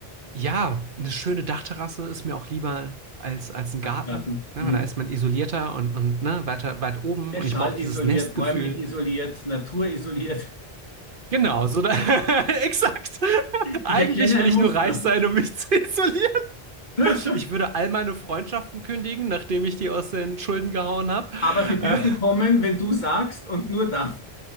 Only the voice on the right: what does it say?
Ja, eine schöne Dachterrasse ist mir auch lieber als, als ein
Garten. Ne,
weil da ist man isolierter und, und ne, weiter, weit oben
und
ich brauche
dieses Nestgefühl.
Genau, so da, <laughs> exakt. Eigentlich
will
ich
nur reich sein, um mich zu isolieren.
Ich würde all meine Freundschaften kündigen, nachdem ich die aus den Schulden gehauen habe.
Äh,